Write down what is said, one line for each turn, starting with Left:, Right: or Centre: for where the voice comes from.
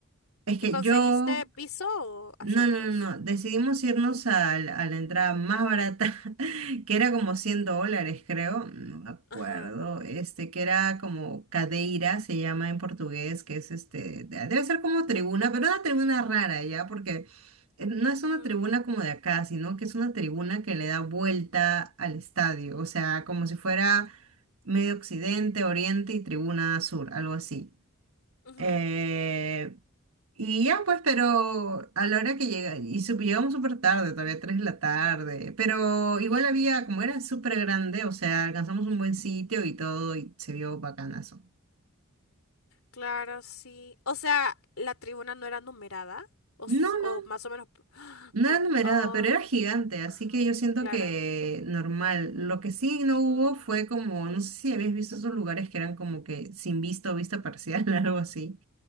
Right: Es que
Left: ¿y conseguiste
Right: yo
Left: piso o
Right: No,
Left: asientos?
Right: no, no, no. Decidimos irnos al- a, la entrada más barata, <laughs> que era como 100 dólares, creo. No me acuerdo.
Left: Ajá.
Right: Este, que era como cadeira, se llama en portugués, que es este, de- debe ser como tribuna, pero una tribuna rara, ¿ya? Porque eh, no es
Left: ujú,
Right: una tribuna como de acá, sino que es una tribuna que le da vuelta al estadio. O sea, como si fuera medio occidente, oriente y tribuna sur, algo así.
Left: ujú.
Right: Eh, y ya pues, pero a la hora que llega, y sup- llegamos súper tarde, todavía tres de la tarde, pero igual había, como era súper grande, o sea, alcanzamos un buen sitio y todo, y se vio bacanazo.
Left: Claro, sí. O sea, ¿la tribuna no era numerada? O,
Right: No,
Left: s- o
Right: no,
Left: más o menos... <gasps>
Right: no
Left: No.
Right: era numerada,
Left: ay,
Right: pero era gigante, así
Left: Ajá.
Right: que yo siento
Left: Claro.
Right: que normal. Lo que sí no
Left: ujú.
Right: hubo fue como, no sé si habéis visto esos lugares que eran como que sin vista o vista parcial, <laughs> algo así.